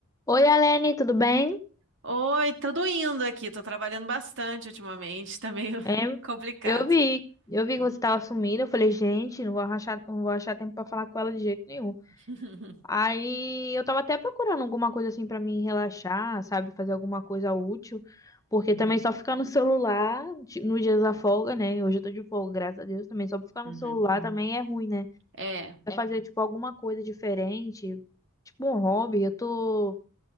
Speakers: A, on the left; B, on the right.
A: Oi, Alene, tudo bem?
B: Oi, tudo indo aqui. Tô trabalhando bastante ultimamente, tá meio <laughs>
A: É,
B: complicado.
A: eu vi, eu vi que
B: Uhum.
A: você estava sumida. Eu falei, gente, não vou achar, não vou achar tempo para falar com ela de jeito nenhum.
B: <laughs>
A: Aí eu tava até procurando alguma coisa assim para me relaxar, sabe, fazer alguma coisa útil, porque
B: Uhum.
A: também só ficar no celular ti- nos dias da folga, né? Hoje eu tô de folga, graças a Deus, também só ficar
B: Uhum.
A: no celular Hum. também é ruim, né?
B: É,
A: Vai É. fazer tipo alguma coisa diferente, tipo um hobby. Eu tô,